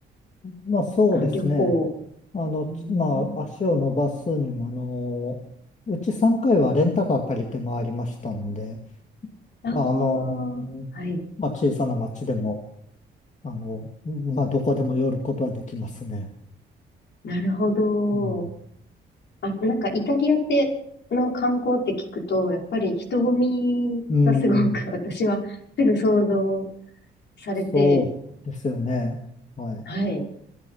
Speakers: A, on the left (about 35°); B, on the left (about 60°).
A: まあそうですね。
B: あの、旅行。
A: あの、
B: うーん。
A: ちまあ、足を伸ばすにも、あの、うち3回はレンタカー借りて回りましたんで、
B: ああ、
A: まあ、あの、
B: はい。
A: まあ、小さな町でも、あの、まあ、どこでも寄ることはできますね。
B: なるほど。
A: うん、
B: あ、なんかイタリアっての観光って聞くと、やっぱり人混みがすごく
A: うん
B: <laughs> 私はすぐ想像されて、
A: そうですよね。はい。
B: はい、